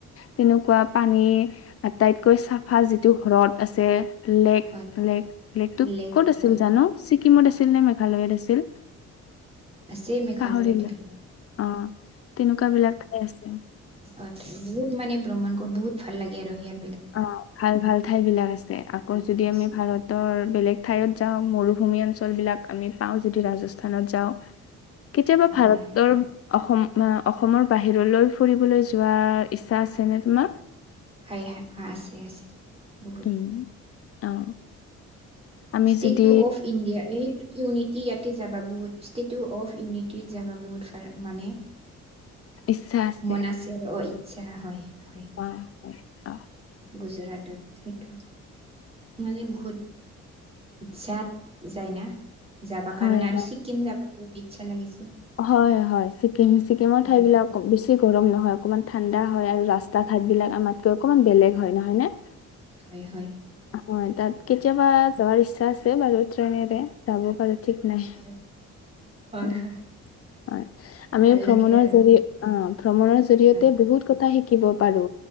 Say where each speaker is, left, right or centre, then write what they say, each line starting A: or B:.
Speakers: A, on the left; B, on the right.
A: তেনেকুৱা পানী আটাইতকৈ চাফা যিটো ঘৰত আছে লেক
B: হয়
A: লেক লেকটো
B: লেক
A: ক'ত আছিল
B: হয়
A: জানো ছিকিমত আছিল নে মেঘালয়ত আছিল?
B: আছে মেঘালয়ত
A: পাহৰি ল
B: এইবিলাক
A: আহ তেনেকুৱা বিলাক ঠাই আছে।
B: অ বহুত মানে ভ্ৰমণ কৰো বহুত ভাল লাগে আৰু হিয়ে আৰু
A: অ ভাল ভাল ঠাই বিলাক আছে
B: হয়
A: আকৌ
B: বহুত
A: যদি
B: আছে
A: আমি ভাৰতৰ বেলেগ ঠাইত যাওঁ মৰু <unintelligible> ভূমি অঞ্চলবিলাক আমি পাওঁ যিদি ৰাজস্থ স্থানত যাওঁ কেতিয়াবা ভাৰতৰ
B: হয়
A: অসম অসমৰ বাহিৰলৈ ফুৰিবলৈ যোৱাৰ ইচ্ছা আছেনে তোমাৰ?
B: হয়, হয়। অ আছে, আছে। বহুত
A: উম অ। আমি
B: ষ্টেটু
A: যদি
B: অফ ইণ্ডিয়া এই ইউনিটি ইয়াতে যাবা বহুত ষ্টেটু অফ ইউনিটি যাবা বহুত মানে
A: ইচ্ছা আছে
B: মনাছে ৰ অ ইচ্ছা হয়। হয়
A: অ হয়। অ',
B: গুজৰাটত সেইটো মানে বহুত ইচ্ছা যায় ন। যাব
A: হয়
B: কাৰণে আৰু
A: হয়।
B: ছিক্কিম যাবা বহুত ইচ্ছা লাগিছে।
A: হয় হয় ছিকিম ছিকিমৰ ঠাই
B: লাডাখত
A: বিলাক বেছি গৰম নহয় অকমান ঠাণ্ডা হয় আৰু ৰাস্তা ঘাট বিলাক আমাতকৈ অকমান বেলেগ হয় নহয় ন।
B: হয় হয়
A: হয় তাত কেতিয়াবা যোৱাৰ ইচ্ছা আছে বাৰু ট্ৰেইনেৰে যাব পাৰ ঠিক নাই।
B: হয় হয়
A: উম,
B: হয়।
A: হয় আমি
B: ভাল
A: ভ্ৰমণৰ
B: লাগে আৰু
A: জৰি অ ভ্ৰমণৰ জৰিয়তে
B: হয়
A: বহুত কথা শিক শিকিব পাৰো